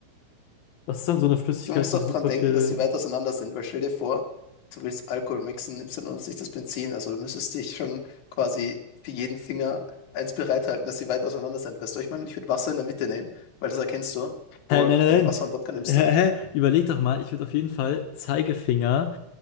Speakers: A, on the left; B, on the left.
A: Was ist dann so eine Flüssigkeit,
B: Du musst
A: die
B: auch
A: super
B: dran denken,
A: viel
B: dass sie weit auseinander sind, weil stell dir vor, du willst Alkohol mixen, nimmst dann auf sich das Benzin. Also du müsstest dich schon quasi für jeden Finger eins bereithalten, dass sie weit auseinander sind. Weißt du, ich meine, ich würde Wasser in der Mitte nehmen, weil das erkennst du.
A: Hä,
B: Obwohl,
A: nein, nein,
B: wenn du Wasser und Wodka nimmst,
A: nein. Hä,
B: dann.
A: hä? Überleg doch mal, ich würde auf jeden Fall Zeigefinger,